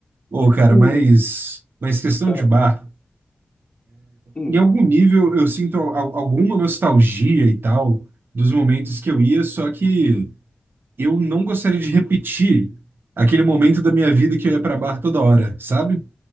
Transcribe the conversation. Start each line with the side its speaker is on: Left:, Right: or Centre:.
Right: Ô, cara,
Left: Hum.
Right: mas, mas questão
Left: Ah,
Right: de bar,
Left: hum,
Right: em algum nível eu sinto al- alguma nostalgia e tal dos momentos que eu ia, só que eu não gostaria de repetir aquele momento da minha vida que eu ia pra bar toda hora, sabe?